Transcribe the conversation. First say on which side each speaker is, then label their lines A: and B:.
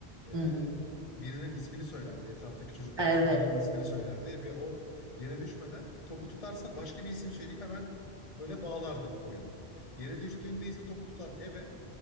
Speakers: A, on the left; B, on the right.
A: E,
B: hı hı,
A: birinin ismini söylerdi. Etraftaki çocuklardan
B: evet.
A: birinin ismini söylerdi ve o yere düşmeden topu tutarsa başka bir isim söyleyip hemen böyle bağlardı oyunu. Yere düştüğünde ise topu tutan ebe